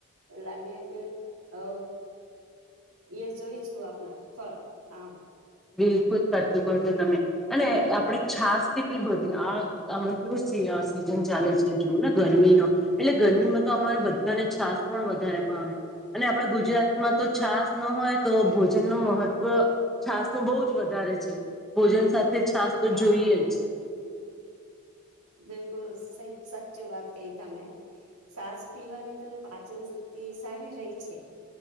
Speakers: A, on the right (about 85°); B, in the centre.
A: લાગે કે અ એ જોઈ છું આપણા ફળ આમ
B: બિલકુલ સાચું કર છો તમે અને આપડે છાસ કે બધી આ આ કેવું સિ સિઝન ચાલે છે જુઓ ને ગરમીનો એટલે ગરમીમાં તો અમારા બધાને છાસ પણ વધારે ભાવે અને આપણા ગુજરાતમાં તો છાસ ન હોય તો ભોજન ન મહત્ત્વ છાસ બહુ જ વધારે છે ભોજન સાથે છાસ તો
A: હા
B: જોઈએ જ
A: બિલકુલ સાચચું વાત ક તમે સાસ પીવાની તો પાચન શક્તિ સારી રહી છે